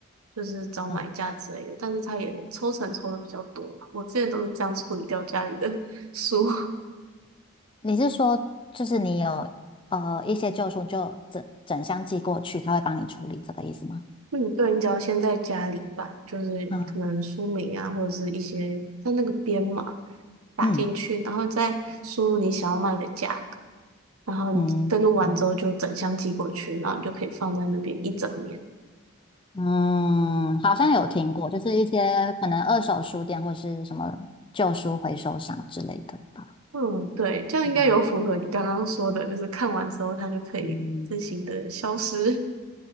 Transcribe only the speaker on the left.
嗯，
你是说就是你有呃一些旧书就整整箱寄过去，他会帮你处理这个意思吗？
啊，
嗯
嗯嗯，
嗯，好像有听过，就是一些可能二手书店或是什么旧书回收商之类的吧。
嗯
嗯，